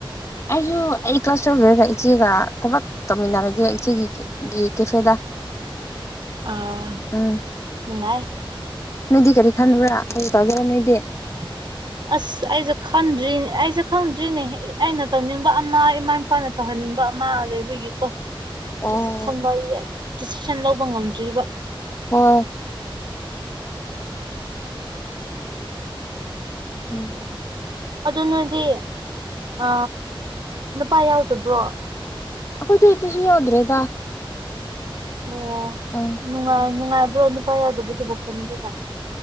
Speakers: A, on the left; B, on the right.
A: ꯑꯩꯁꯨ ꯑꯩ ꯀ꯭ꯂꯥꯁ ꯇꯧꯗꯔꯦꯗ ꯏꯆꯦꯒ ꯊꯕꯛ ꯇꯧꯃꯤꯟꯅꯔꯒꯦ ꯏꯆꯦꯒꯤ ꯒꯤ ꯀꯦꯐꯦꯗ
B: ꯑꯥ
A: ꯎꯝ
B: ꯅꯨꯡꯉꯥꯏ
A: ꯅꯣꯏꯗꯤ ꯀꯔꯤ ꯈꯟꯕ꯭ꯔꯥ ꯀꯔꯤ ꯇꯧꯒꯦꯔꯥ ꯅꯣꯏꯗꯤ
B: <inaudible> ꯑꯁ ꯑꯩꯁꯦ ꯈꯟꯗ꯭ꯔꯤꯅꯦ ꯑꯩꯁꯦ ꯈꯪꯗ꯭ꯔꯤꯅꯦ ꯑꯩꯅ ꯇꯧꯅꯤꯡꯕ ꯑꯃ ꯏꯃꯥ ꯏꯄꯥꯅ ꯇꯧꯍꯟꯅꯤꯡꯕ ꯑꯃ ꯂꯩꯕꯒꯤꯀꯣ ꯍꯧꯖꯤꯛ
A: ꯑꯣ
B: <unintelligible> ꯗꯤꯁꯤꯖꯟ ꯂꯧꯕ ꯉꯝꯗ꯭ꯔꯤꯕ
A: ꯍꯣꯏ ꯎꯝ
B: ꯑꯗꯨ ꯅꫭꯏꯗꯤ ꯑ ꯅꯨꯄꯥ ꯌꯥꯎꯗꯕ꯭ꯔꯣ
A: ꯑꯩꯈꯣꯏꯗꯤ ꯇꯨꯁꯨ ꯌꯥꯎꯗ꯭ꯔꯦꯗ
B: ꯑꯣ
A: <inaudible>
B: ꯅꯨꯡꯉꯥꯏ ꯅꯨꯡꯉꯥꯏꯕ꯭ꯔꯣ ꯅꯨꯄꯥ ꯌꯥꯎꯗꯕꯁꯦꯕꯨ ꯐꯦꯃꯤꯗ